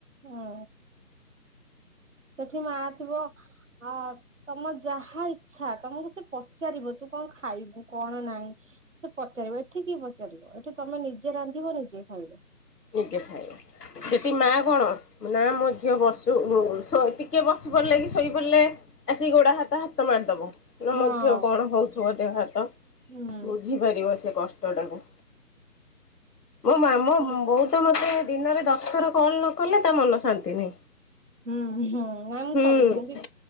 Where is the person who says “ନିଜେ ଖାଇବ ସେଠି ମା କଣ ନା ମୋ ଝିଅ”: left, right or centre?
Left